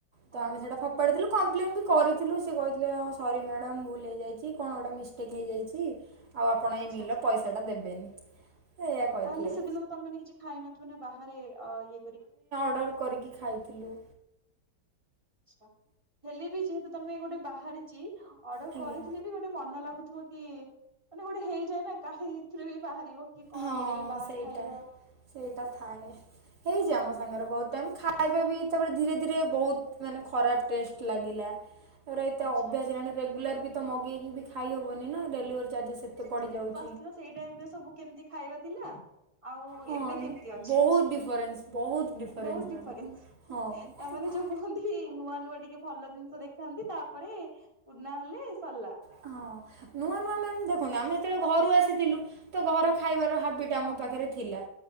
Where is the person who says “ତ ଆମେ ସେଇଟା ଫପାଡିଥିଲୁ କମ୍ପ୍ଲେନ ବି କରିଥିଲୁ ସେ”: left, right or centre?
Right